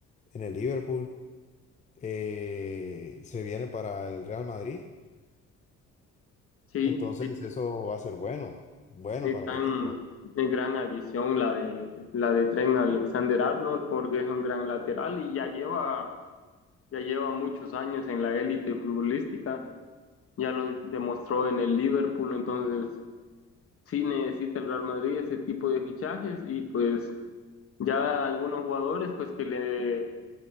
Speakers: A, on the left (about 25°); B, on the left (about 50°).
A: en el Liverpool, eh, se viene para el Real Madrid,
B: Sí,
A: entonces
B: sí,
A: eso va a ser bueno, bueno
B: es
A: para
B: gran,
A: el equipo.
B: es gran adición la de, la de Trent Alexander-Arnold porque es un gran lateral y ya lleva, ya lleva muchos años en la élite futbolística, ya lo demostró en el Liverpool, entonces sí necesita el Real Madrid ese tipo de fichajes y pues ya algunos jugadores pues que le